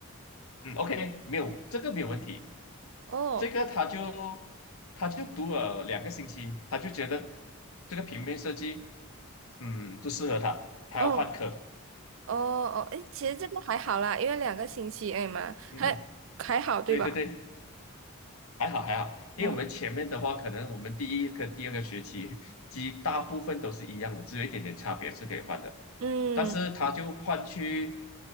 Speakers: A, on the left; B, on the right.
A: 嗯，OK，没有这个没有问题，
B: 哦
A: 这个他就他就读了两个星期，他就觉得这个平面设计，嗯，不适合他，他要换课。
B: 哦哦哦，诶，其实这个还好啦，因为两个星期哎嘛，
A: 嗯哼，
B: 还还好对吧？
A: 对对对，还好还好，因为我们前面的话，
B: 嗯
A: 可能我们第一跟第二个学期其实大部分都是一样的，只有一点点差别是可以换的，
B: 嗯
A: 但是他就换去